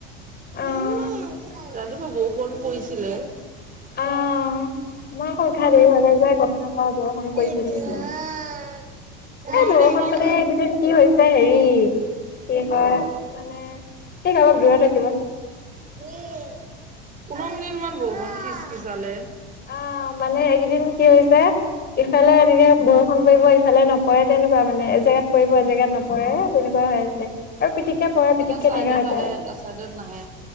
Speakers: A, on the left; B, on the right.
A: অ',
B: <unintelligible> ৰাতিপুৱা বৰষুণ পৰিছিলে
A: আওঁ মই আকৌ উঠা দেৰি হলে যে গম নাপাওঁ বৰষুণ
B: পোন্ধৰ
A: পৰিছে নেকি। এই বৰষুণ
B: মিনিট মান
A: মানে এইকেইদিন কি হৈছে হেৰি কি কৈ মানে এইক অলপ দূৰত ৰাখি
B: <unintelligible> পোন্ধৰ মিনিট মান <unintelligible> খিচ - খিচালে।
A: অ মানে এই কেইদিন দিন কি হৈছে ইফালে এনেকে বৰষুণ পৰিব ইফালে নপৰে তেনেকুৱা মানে জেগাত পৰিব
B: অ'।
A: এ জেগাত নপৰে তেনেকুৱা হৈ আছে আৰু পিটিককে পৰে পিতিককে
B: এটা চাইডত
A: নাইকিয়া হৈ যায়।
B: আহে এটা চাইডত নাহে